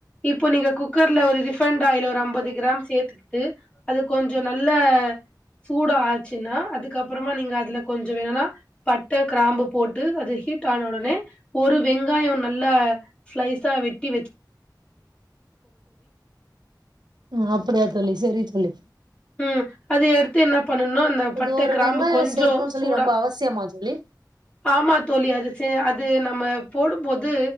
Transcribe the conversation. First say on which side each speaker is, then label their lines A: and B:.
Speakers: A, on the left; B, on the right.
A: இப்போ நீங்க குக்கர்ல ஒரு ரிஃபைண்ட் ஆயில ஐம்பது கிராம் சேர்த்துக்குட்டு அது கொஞ்சோ நல்லா சூட ஆச்சுன்னா அதுக்கப்புறமா நீங்க அதுல கொஞ்சோ வேனா பட்ட கிராம்பு போட்டு அது ஹே ஹேட்டு ஆன உடனே ஒரு வெங்காயம் நல்லா ஸ்லைஸா வெட்டி வச்சு
B: உம் அப்படியா தோழி செரி தோழி
A: ம் அது எடுத்து என்ன பண்ணனும் அந்த பட்டை
B: இது ஒரு
A: கிராமு
B: வெங்காயோ
A: கொஞ்சோ
B: சேக்கணுன்னு சொல்லி
A: சூடா
B: ரொம்ப அவசியமா தோழி
A: ஆமா தோழி அது சே அது நம் ம போடு போது